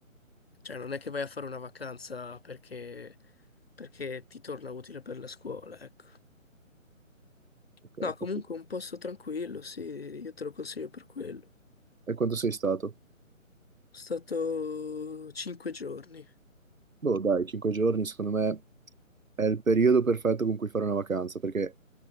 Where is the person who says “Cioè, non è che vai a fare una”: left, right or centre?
Left